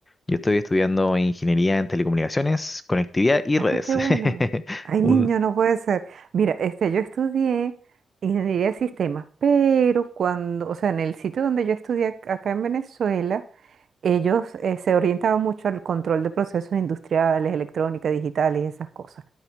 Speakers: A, on the left (about 20°); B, on the right (about 70°).
A: Yo estoy estudiando ingeniería en telecomunicaciones, conectividad y
B: Ay,
A: redes.
B: qué bueno.
A: <laughs>
B: Ay,
A: Un-
B: niño, no puede ser. Mira, este, yo estudié ingeniería de sistemas, pero cuando, o sea, en el sitio donde yo estudié ac- acá en Venezuela, Ellos eh, se orientaban mucho al control de procesos industriales, electrónica, digitales, esas cosas.